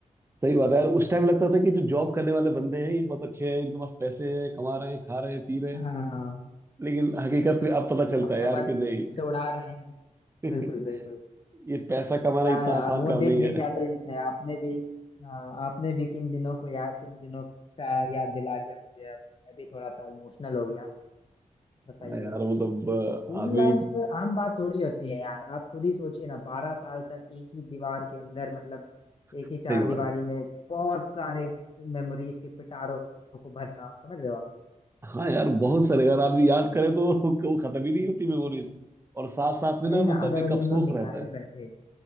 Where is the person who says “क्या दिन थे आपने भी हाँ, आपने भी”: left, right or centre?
Left